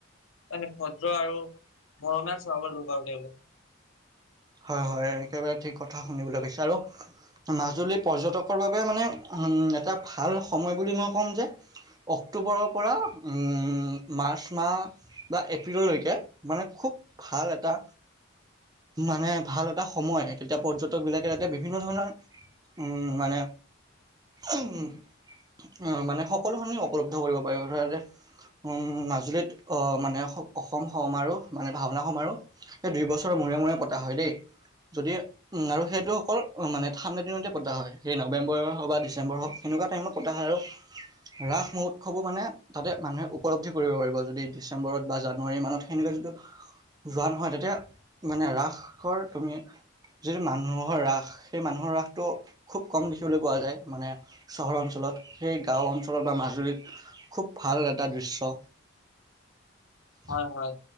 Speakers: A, on the left (about 85°); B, on the right (about 20°).
A: মানে ভদ্ৰ আৰু মৰমীয়াল স্বভাৱৰ <unintelligible> <unintelligible>
B: হয়, হয়। একেবাৰে ঠিক কথা শুনিবলৈ বিচাৰো। মাজুলীৰ পৰ্যটকৰ বাবে মানে উম, এটা ভাল সময় বুলি মই ক'ম যে অক্টোবৰৰ পৰা উম, মাৰ্চ মাহ। বা এপ্ৰিললৈকে মানে খুব ভাল এটা মানে ভাল এটা সময় তেতিয়া পৰ্যটক বিলাকে তেতিয়া বিভিন্ন ধৰণৰ উম মানে উম, অ' মানে সকলোখিনি উপলব্ধ কৰিব পাৰিবা ধৰা যে উম, মাজুলীত অ মানে অসম সমাৰোহ মানে ভাওনা সমাৰোহ। এই দুই বছৰৰ মূৰে মূৰে পতা হয় দেই যদি উম আৰু সেইটো অকল মানে ঠাণ্ডা দিনতে পতা হয় সেই নৱেম্বৰ হওক বা ডিচেম্বৰ হওক এনেকুৱা টাইমত পতা হয় আৰু ৰাস মহোৎসৱো মানে তাতে মানুহে উপলব্ধি কৰিব পাৰিব যদি ডিচেম্বৰত বা জানুৱাৰী মানত সেনেকুৱা যিটো যোৱা নহয় তাতে মানে ৰাসৰ তুমি যিটো মানুহৰ ৰাস সেই মানুহৰ ৰাসটো খুব কম দেখিবলৈ পোৱা যায় মানে- চহৰ অঞ্চলত, এই গাঁও অঞ্চলত বা মাজুলীত খুব ভাল এটা দৃশ্য। <inaudible>
A: হয়, হয়।